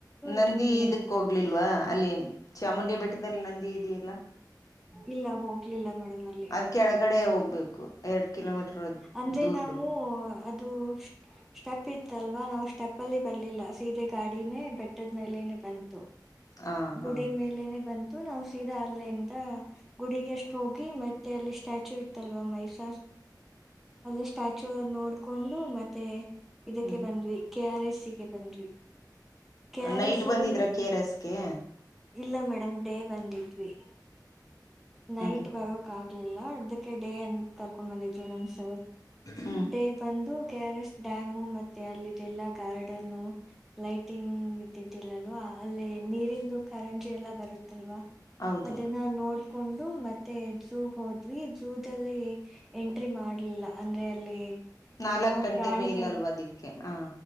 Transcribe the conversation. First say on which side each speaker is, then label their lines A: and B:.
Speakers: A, on the left; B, in the centre.
A: ನಂದಿ
B: ಇದಕ್ಕೆ
A: ಇದಕ್ ಹೋಗ್ಲಿಲ್ವಾ ಅಲ್ಲಿ ಚಾಮುಂಡಿ ಬೆಟ್ಟದಲ್ಲಿ ನಂದಿ ಇದೆಯಲ್ಲ
B: ಇಲ್ಲ ಹೋಗ್ಲಿಲ್ಲ ಮೇಡಮ್ ಅಲ್ಲಿ
A: ಅದ್ ಕೆಳಗಡೆ ಹೋಗ್ಬೇಕು ಎರಡ್ ಕಿಲೋಮೀಟರ್
B: ಅಂದ್ರೆ
A: ದೂರದಲ್ಲಿ
B: ನಾವು ಅದು ಸ್ಟಪ್ ಇತ್ತು ಅಲ್ವಾ ನಾವು ಸ್ಟೆಪ್ ಅಲ್ಲಿ ಬರ್ಲಿಲ್ಲ ಸೀದೆ ಗಾಡಿನೇ ಬೆಟ್ಟದ ಮೇಲನೆ ಬಂತು
A: ಹ ಹಾ
B: ಗುಡಿ ಮೇಲನೆ ಬಂತು ನಾ್ ಸೀದಾ ಅಲ್ಲಿೆಯಂದ ಗುಡಿಗೆಷ್ಟು ಹೋಗ್ ಮತ್ತೆ ಅಲ್ಲಿ ಸ್ಟ್ಯಾಚು ಇತ್ತಲ್ವಾ ಮೈಸ ಅಲ್ಲಿ ಸ್ಟ್ಯಾಚು ನೋಡ್ಕೊಂಡು ಮತ್ತೆ ಇದಕ್ಕೆ
A: ಹ್ಮ್
B: ಬಂದ್ವಿ ಕೆ ಆರ್ ಎಸ್ ಸಿಗೆ ಬಂದ್ವಿ ಕೆ ಆರ್
A: ನೈಟ್
B: ಎಸ್
A: ಬಂದಿದ್ರ
B: ಅಲ್ಲಿ
A: ಕೆ ಆರ್ ಎಸ್ಗೆ
B: ಇಲ್ಲ ಮೇಡಮ್ ಡೇ ಬಂದಿದ್ವಿ ನೈಟ್
A: ಹ್ಮ್
B: ಬರೋಕ್ ಆಗ್ಲಿಲ್ಲ ಅರ್ದಕ್ಕೆ ಡೇ ಅಂತ ಕರ್ಕೊಂಡ್ ಬಂದಿದ್ರು ನಮಸ
A: ಹ್ಮ್
B: ಡೇ ಬಂದು ಕೆ ಆರ್ ಎಸ್ ಡ್ಯಾಮು ಮತ್ತೆ ಅಲ್ಲಿದ್ದ ಎಲ್ಲಾ ಗಾರ್ಡನ್ ಲೈಟಿಂಗ್ ಇದ್ದಿದ್ದಿಲ್ಲಲ್ವಾ ಅಲ್ಲೇ ನೀರಿಂದು ಕಾರಂಜಿ ಎಲ್ಲ ಬರುತ್ತಲ್ವಾ
A: ಹೌದು
B: ಅದನ್ನ ನೋಡ್ ಕೊಂಡು ಮತ್ತೆ ಜಝೂ ಹೋದ್ವಿ ಜಝೂಲ್ಲಿ ಎಂಟ್ರಿ ಮಾಡಲಿಲ್ಲ ಅಂದ್ರೆ ಅಲ್ಲಿ
A: ನಾಲ್ಕ್
B: ಏನು
A: ಗಂಟೆ
B: ಪ್ರಾಣಿಗಳ
A: ಮೇಲಲ್ವಾ ಅದಿಕ್ಕೆ ಹ